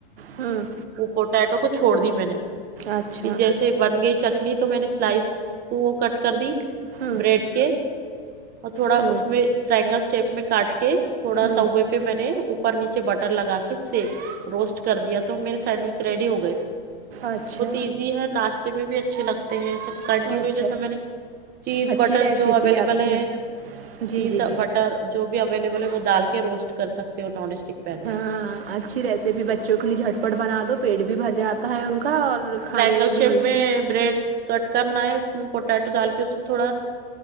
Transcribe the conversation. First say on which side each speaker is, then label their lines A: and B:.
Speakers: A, on the right; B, on the right.
A: ہوں
B: وہ پوٹیٹو کو چھوڑ دی میں نے
A: اچھا
B: پھر جیسے بن گئے چٹنی تو میں نے سلائس کو کٹ کر دی
A: ہوں
B: بریڈ کے اور تھوڑا
A: ہوں
B: اس میں ٹرائنگل شیپ میں کاٹ کے تھوڑا
A: ہوں
B: توے پہ میں نے اوپر نیچے بٹر لگا کے سک روسٹ کر دیا تو میرے سینڈوچ ریڈی ہو گئے
A: اچھا
B: بہت ایزی ہے ناشتے میں بھی اچھے لگتے ہیں سب کنٹینیو
A: اچھا
B: جیسا میں نے چیز
A: اچھی
B: بٹر
A: ریسیپی
B: جو اویلیبل
A: آپ
B: ہے
A: کی جی
B: چیز
A: جی جی
B: بٹر جو بھی اویلیبل ہے وہ ڈال کے روسٹ کر سکتے ہو نان اسٹک پین
A: ہاں
B: میں آپ
A: اچھی ریسیپی بچوں کے لیے جھٹپٹ بنا دو پیٹ بھی بھر جاتا ہے ان کا اور کھانے
B: ٹرائنگل
A: میں
B: شیپ
A: بھی
B: بریڈس کٹ کرنا ہے اس میں پوٹیٹو ڈال کے اسے تھوڑا